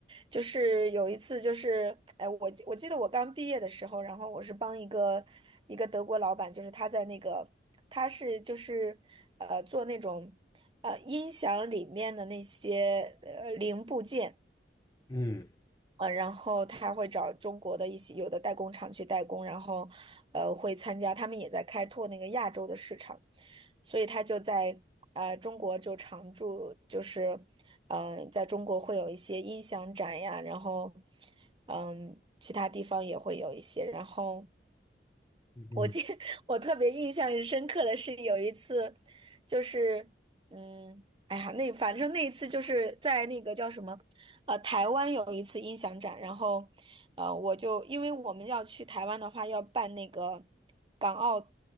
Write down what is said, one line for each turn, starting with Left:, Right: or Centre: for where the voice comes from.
Right: 就是有一次，就是，哎，我记我记得我刚毕业的时候，然后我是帮一个一个德国老板，就是他在那个，他是就是呃做那种呃音响里面的那些呃零部件。
Left: 嗯
Right: 呃，然后他会找中国的一些有的代工厂去代工，然后呃会参加，他们也在开拓那个亚洲的市场，所以他就在呃中国就常驻，就是嗯、呃在中国会有一些音响展呀，然后嗯、其他地方也会有一些，然后。
Left: 嗯嗯
Right: 我记 <laughs> 我特别印象深刻的是有一次，就是嗯，哎呀，那反正那一次就是在那个叫什么，呃，台湾有一次音响展，然后呃，我就因为我们要去台湾的话，要办那个港澳